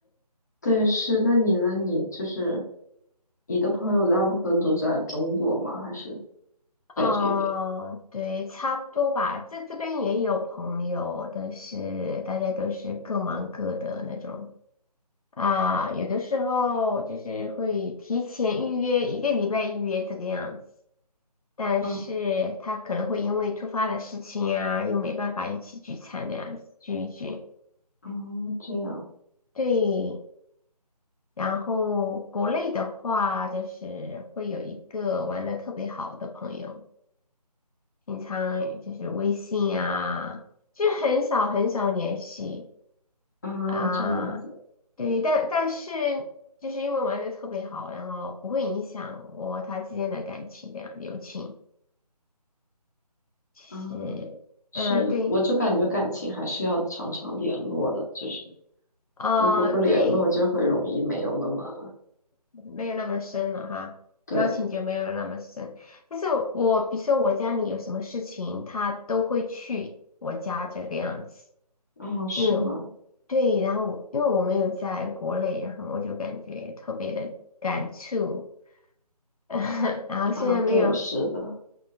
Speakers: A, on the left; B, on the left.
A: 对，是。那你呢？你就是你的朋友大部分都在中国吗？还是
B: 哦，
A: 在这边？
B: 对，差不多吧。这这边也有朋友，但是大家都是各忙各的那种。啊，有的时候就是会提前预约一个礼拜预约这个样子，但是他可能会因为突发的事情啊，
A: 啊
B: 又没办法一起聚餐这样子聚一聚。
A: 啊，这样
B: 对，然后国内的话，就是会有一个玩的特别好的朋友，平常就是微信啊，就很少很少联系。
A: 啊，
B: 啊，
A: 这样子
B: 对，但但是就是因为玩的特别好，然后不会影响我和他之间的感情，这样友情是，
A: 啊，是，
B: 嗯，对，
A: 我就感觉感情还是要常常联络的，就是。
B: 啊、
A: 如果不联络，
B: 对，
A: 就会容易没有那么
B: 没有那么深了哈，
A: 对。
B: 交情就没有那么深。但是我比如说我家里有什么事情，他都会去我家这个样子，
A: 哦，是吗？
B: 因为对，然后我因为我没有在国内，然后我就感觉特别的感触。<laughs> 然后虽然没有。
A: 啊，对，是的，